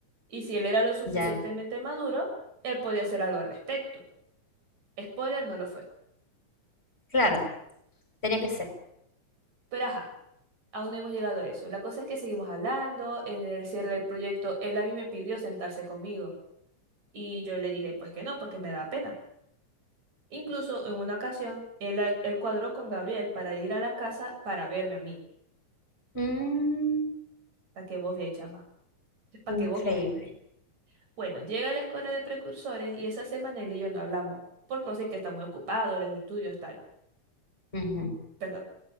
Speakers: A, on the right (about 65°); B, on the left (about 20°).
A: Y si él era lo suficientemente
B: Ya.
A: maduro, él podía hacer algo al respecto. Spoiler, no lo fue.
B: Claro. Tenía que ser.
A: Pero ajá, aún no hemos llegado a eso. La cosa es que seguimos hablando, en el cierre del proyecto, él a mí me pidió sentarse conmigo. Y yo le dije, pues que no, porque me da pena. Incluso en una ocasión, él, a- él cuadró con Gabriel para ir a la casa para verme a mí.
B: Mm,
A: Para que vos veáis, chama. Es para
B: increíble.
A: que vos veáis. Bueno, llega a la escuela de precursores y esa semana él y yo no hablamos, porque vos sé que está muy ocupado, los estudios, tal.
B: Ujú.
A: Ujú. Perdón.